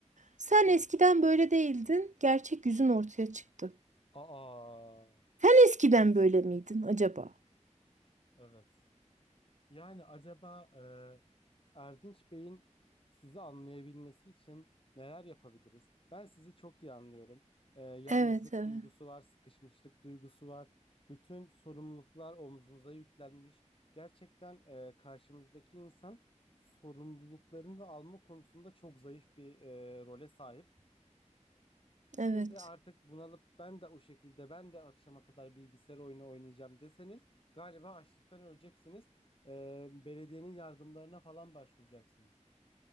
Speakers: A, on the right; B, on the left.
A: sen
B: evet.
A: eskiden böyle değildin. Gerçek yüzün ortaya çıktı.
B: Aa.
A: Sen eskiden böyle miydin acaba?
B: Evet. Yani acaba e, Erdinç Bey'in sizi anlayabilmesi için neler yapabiliriz? Ben sizi çok iyi anlıyorum. E, yalnızlık
A: Evet, evet,
B: duygusu var, sıkışmışlık duygusu var. Bütün sorumluluklar omzunuza yüklenmiş. Gerçekten e, karşımızdaki insan sorumluluklarını da alma konusunda çok zayıf bir e, role sahip. Siz
A: evet.
B: de artık bunalıp ben de o şekilde ben de akşama kadar bilgisayar oyunu oynayacağım deseniz galiba açlıktan öleceksiniz. Ee, belediyenin yardımlarına falan başvuracaksınız.